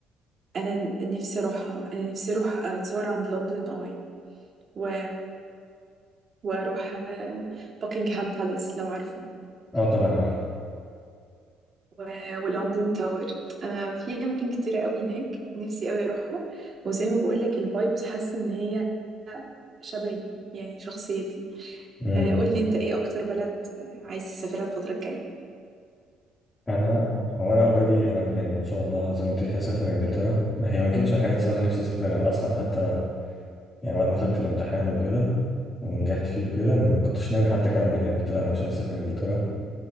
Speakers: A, on the right (about 35°); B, on the left (about 20°).
A: انا نفسي اروحها انا نفسي اروح اتصور عند لندن اي و... واروح باكنغهام بالاس لو عارفه
B: اه طبعا عارف
A: و... ولندن تاور انا في اماكن كتيره قوي هناك نفسي قوي اروحها وزي ما بقول لك الفايبس حاسه ان هي شبهي يعني شخصيتي
B: امم
A: آه، قول لي انت ايه اكتر بلد آه، عايز تسافرها الفتره الجايه
B: انا هو انا اوريدي انا يعني ان شاء الله زي ما قلت لك هسافر انجلترا هي ما كانتش من الحاجات الصراحه نفسي اسافر انا اصلا حتى يعني بعد ما خدت الامتحان وكده ونجحت فيه وكده ما كنتش ناوي حتى اكمل يعني قلت لا انا مش عايز اسافر انجلترا